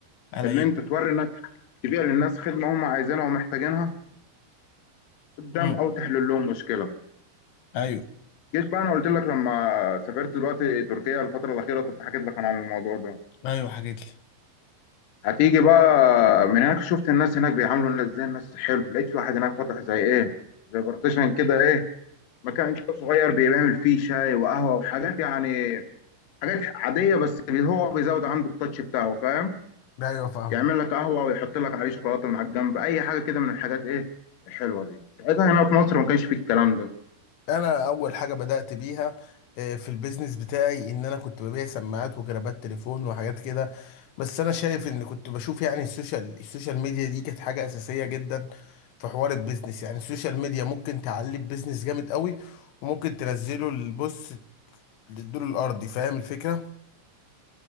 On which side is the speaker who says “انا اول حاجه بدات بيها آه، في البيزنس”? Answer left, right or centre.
Left